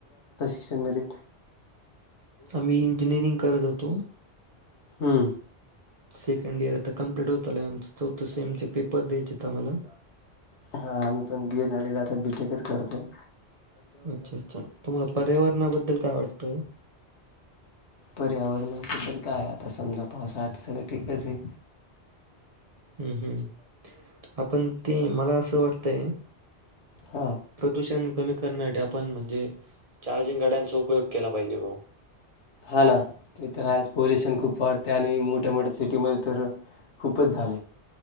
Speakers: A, on the left; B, on the right.
A: ' <inaudible>
B: आम्ही इंजिनिअरिंग करत होतो
A: हम्म
B: सेकंड इयर आता कम्प्लेट होत आलय, आमच चौथं सेम चे पेपर द्यायचेत आम्हाला.
A: हा आम्ही पण बी. ए. झालेलं आता, बी. टे टिकत करते.
B: अच्छा अच्छा तुम्हाला पर्यावरणाबद्दल काय वाटत.
A: पर्यावरणा बद्दल. काय आता समजा पावसाळात सगळं ठीकच आहे.
B: हम्म हम्म आपण ते मला असं वाटतय.
A: हां
B: प्रदूषण कमी क वेन नाईट आपण म्हणजे चार्जिंग गाड्यांचा उपयोग केला पाहिजे ग.
A: हा ना ते तर आहेच, पोल्युशन. खूप वाढते आणि मोठ्या मोठ्या सिटीमध्ये तर खूपच झाले